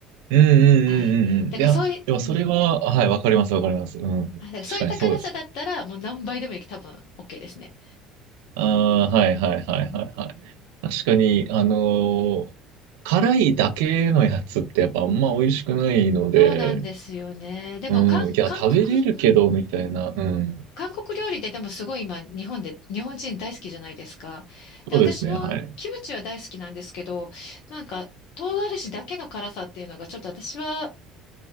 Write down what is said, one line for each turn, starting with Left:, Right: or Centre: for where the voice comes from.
Right: うんうんうんうんうん。
Left: はい。だからそういう、
Right: いや、でもそれは、
Left: うん。
Right: はい、わかりますわかります。うん。
Left: はいだからそういった辛さだったら、
Right: 確かにそうですよね。
Left: もう何倍でもいい、多分 OK ですね。
Right: ああ、はいはいはいはいはい。
Left: うん
Right: 確かに、あのー辛いだけのやつってやっぱあんま美味しくないので、
Left: そうなんですよね。でも、
Right: うん。
Left: 韓、
Right: いや、
Left: 韓国、
Right: 食べれるけど、
Left: うん
Right: みたいな。うん。
Left: 韓国料理ででもすごい今、日本で、日本人大好きじゃないですか。で、
Right: そうですね、
Left: 私もキムチは大好きなんですけど、
Right: はい。
Left: なんか、唐辛子だけの辛さっていうのがちょっと私は